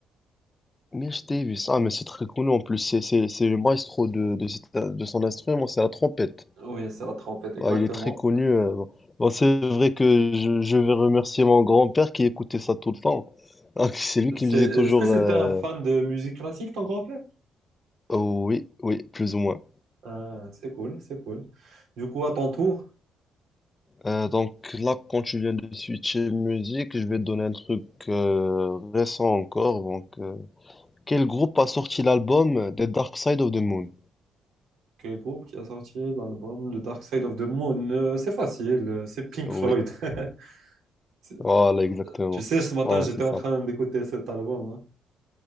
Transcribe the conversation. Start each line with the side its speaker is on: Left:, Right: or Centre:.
Left: Mais je t'ai vu ça, mais c'est très connu en plus. C'est c'est- c'est le maestro de, de, cet- de son instrument, c'est la trompette.
Right: Oui, c'est la trompette, exactement.
Left: Ah, il est très connu. euh. Bon, Bon, c'est vrai que je, je vais remercier mon grand-père qui écoutait ça tout le temps. Ah, c'est lui qui
Right: C'est...
Left: me disait
Right: Est-ce
Left: toujours
Right: que c'était
Left: euh,
Right: un fan de musique classique, ton grand-père?
Left: oh oui, oui, plus ou moins.
Right: Ah, c'est cool, c'est cool. Du coup, à ton tour,
Left: Euh, donc là, quand tu viens de switcher musique, je vais te donner un truc euh, récent encore. Donc, euh, quel groupe a sorti l'album The Dark Side of the Moon?
Right: quel groupe qui a sorti l'album The Dark Side of the Moon? Euh, c'est facile, euh, c'est Pink
Left: Oui,
Right: Floyd. <laughs> C'est-
Left: voilà, exactement.
Right: Tu sais, ce matin,
Left: Voilà,
Right: j'étais
Left: c'est
Right: en
Left: ça.
Right: train d'écouter cet album. hein.